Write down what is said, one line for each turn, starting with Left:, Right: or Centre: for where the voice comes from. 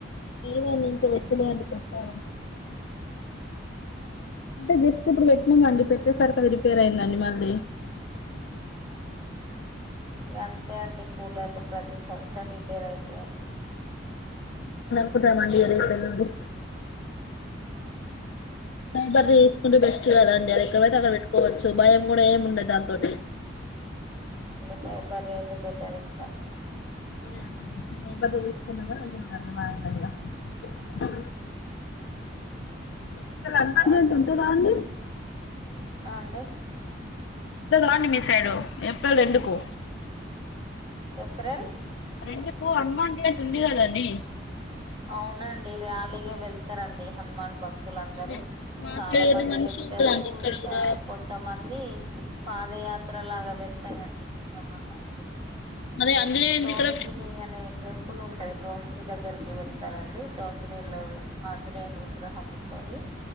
Left: నేనున్న ఇంకా వెట్టలేను ఆ అంటే జస్ట్ ఇప్పుడు పెట్టినామ అండి పెట్టేసరి కదా రిపేర్ అయిందండి మళ్ళీ
Right: అంతే అండి కూలర్లు ప్రతి సంవత్సరం రిపేర్ అయితాయండి
Left: కుట్టమం అదడి బ స్కూ వ చూడాలండి అ ఎక్కడైతే అక్కడ పెట్టుకోవచ్చు భయం కూడా ఏముండదు దాంతోటి
Right: పై బర్ అతే బెటర్ ఇంకా
Left: అరే అదేశ అ మాయగాయ ఇ ఇక్కలా అన్నం
Right: ఇంకా
Left: చేసి
Right: అండి
Left: ఉంటుందా అండి
Right: ఆ అండి
Left: అ ని మీస్య ఎప్పడు రెంకో
Right: ఏప్రిల్
Left: రెండుకు హనుమాన్ జ అయిత ఉంది కదాీ
Right: అవునండి ర్యాలీగా వెళ్తారంండి హనుమాన్ భక్తు భక్తులుందరూ
Left: అదే మా
Right: చాలా
Left: సైడ్
Right: మంది
Left: కూడా మంచిగా
Right: వెళ్తారు
Left: ఉంటదండి ఇక్కడ
Right: ఇంకా
Left: కూడా
Right: కొంతమంది పాదయాత్ర లాగా వెళ్తానండి ఇంట్లో వాళ్ళందరూ
Left: అదే ఆంజనేయునిది
Right: టంకని
Left: ఇక్కడ
Right: అనే ప్పులు ఉంటాది టోంక దగ్గరికి వెళ్తారండి టోకలో ఆజ విగ్రహం ఉంటుది